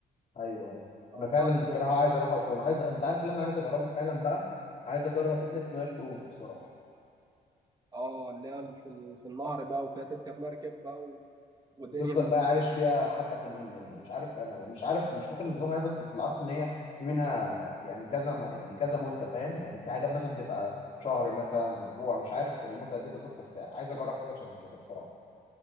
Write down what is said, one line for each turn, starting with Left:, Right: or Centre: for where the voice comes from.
Left: ايوه ايوه انا
Right: انصحك
Left: فعلا
Right: تروح
Left: بصراحه
Right: هناك.
Left: عايز اروح اسوان عايز انت عارف اللي انا عايز اجربه فعلا بقى عايز اجرب رحله نايل كروز بصراحه
Right: اه اللي هي في ال- في النهر بقى وكده تركب مركب بقى و... ودنيا
Left: وتفضل
Right: من
Left: بقى
Right: دي بقى
Left: عايش فيها حبه حلوين يعني مش عارف انا مش عارف مش فاكر النظام ايه بس بس اللي عارفه ان هي في منها يعني كذا يعني كذا مده فاهم يعني في حاجات مثلا بتبقى شهر مثلا اسبوع مش عارف المده دي بالظبط بس عايز اجرب حاجه شبه كده بصراحه